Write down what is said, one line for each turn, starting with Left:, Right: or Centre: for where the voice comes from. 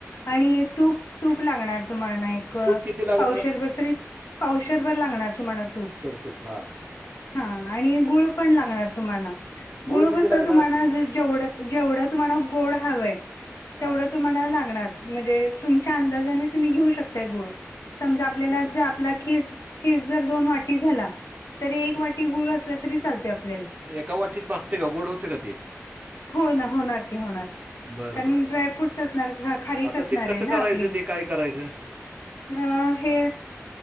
Left: आणि तूप तूप लागणार तुम्हांला ना एक
Right: तूप किती लागणार
Left: पाव शरभर तरी पाव शरभर लागणार तुम्हाला तूप.
Right: तुप हा.
Left: हा आणि गुळ पण लागणार तुम्हांना.
Right: गोळ
Left: गुळ
Right: किती
Left: कस,
Right: लागणार
Left: तुम्हा जेव जेवढ तुम्हांना गोड हवय.
Right: हा
Left: तेवढ तुम्हाला लागणार. म्हणजे तुमच्या अंदाजाने तुम्ही घेऊ शकताय गुळ. समजा आपल्याला
Right: तरी कि
Left: ज्या आपला खीस. खीस जर दोन वाटी झाला. तरी एक
Right: कि-
Left: वाटी गुळ असला तरी चालतेय आप
Right: एका वाटीत भागते का? गोड होतय का ते?
Left: हो ना. होणार की होणार की.
Right: बर
Left: कारण
Right: बर
Left: ड्राय
Right: बर
Left: फ्रूटस असणार. खारीक
Right: आता
Left: असणाराय
Right: ते कसं
Left: ना
Right: करायचं
Left: आपली.
Right: ते काय करायचं
Left: अ हे